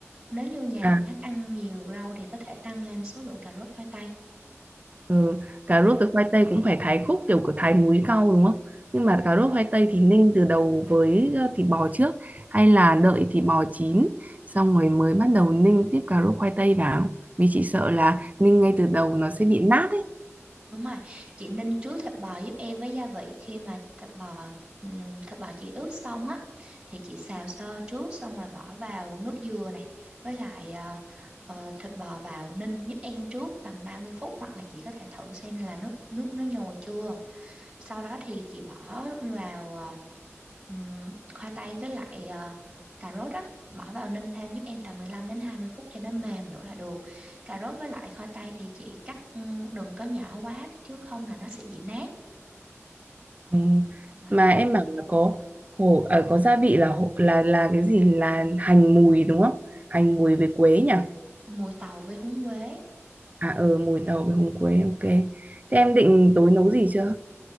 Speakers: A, on the right (about 15°); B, on the right (about 30°).
A: Nếu như nhà
B: À,
A: mình thích ăn nhiều rau thì có thể tăng lên số lượng cà rốt khoai tây.
B: Ừ, cà rốt với khoai tây cũng phải thái khúc kiểu của thái múi cau đúng không? Nhưng mà cà rốt khoai tây thì ninh từ đầu với ờ, thịt bò trước hay là đợi thịt bò chín xong rồi mới bắt đầu ninh tiếp cà rốt khoai tây vào. Vì chị sợ là ninh ngay từ đầu nó sẽ bị nát ấy.
A: Đúng rồi, chị ninh trước thịt bò giúp em với gia vị khi mà thịt bò ừm, thịt bò chị ướp xong á thì chị xào sơ trước xong rồi bỏ vào nước dừa này với lại ờ, ờ, thịt bò vào ninh giúp em trước tầm ba mươi phút hoặc là chị có thể thử xem là nước nước nó nhồi chưa. Sau đó thì chị bỏ vào ờ, ừm, khoai tây với lại ờ, cà rốt á, bỏ vào ninh thêm giúp em tầm 15 đến 20 phút cho nó mềm nữa là được. Cà rốt với lại khoai tây thì chị cắt ừm, đừng có nhỏ quá chứ không là nó sẽ bị nát.
B: Ừ.
A: Và
B: Mà em bảo là có hồ ở có gia vị là hồ- là là cái gì là hành mùi đúng không? Hành mùi với quế nhỉ?
A: mùi tàu với húng quế.
B: À ờ mùi tàu với húng quế ok. Thế em định tối nấu gì chưa?